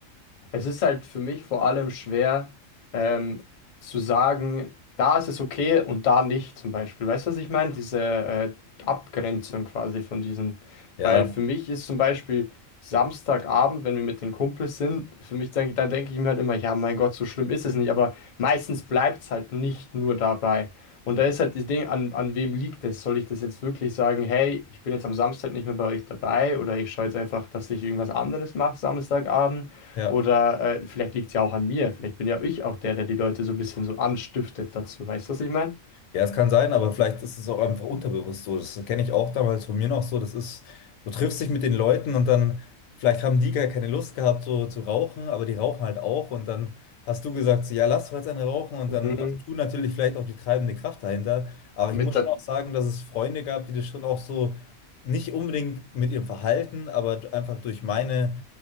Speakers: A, on the left; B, on the left.
A: Es ist halt für mich vor allem schwer, ähm, zu sagen, da ist es okay und da nicht, zum Beispiel. Weißt du, was ich meine? Diese äh, Abgrenzung quasi von diesen.
B: Ja,
A: Weil für mich ist zum Beispiel Samstagabend, wenn wir mit den Kumpels sind, für mich denke, da denke ich mir halt immer, ja, mein Gott, so schlimm ist es nicht. Aber meistens bleibt es halt nicht nur dabei. Und da ist halt das Ding, an, an wem liegt es? Soll ich das jetzt wirklich sagen, hey, ich bin jetzt am Samstag nicht mehr bei euch dabei oder ich schaue jetzt einfach, dass ich irgendwas anderes mache Samstagabend?
B: ja.
A: Oder äh, vielleicht liegt es ja auch an mir. Vielleicht bin ja ich auch der, der die Leute so ein bisschen so anstiftet dazu. Weißt du, was ich meine?
B: Ja, es kann sein, aber vielleicht ist es auch einfach unterbewusst so. Das kenne ich auch damals von mir noch so. Das ist, du triffst dich mit den Leuten und dann, vielleicht haben die gar keine Lust gehabt, so zu rauchen, aber die rauchen halt auch. Und dann hast du gesagt, so, ja, lass doch jetzt einen rauchen. Und
A: Mhm.
B: dann warst du natürlich vielleicht auch die treibende Kraft dahinter. Aber
A: Mit
B: ich muss
A: der,
B: schon auch sagen, dass es Freunde gab, die das schon auch so nicht unbedingt mit ihrem Verhalten, aber einfach durch meine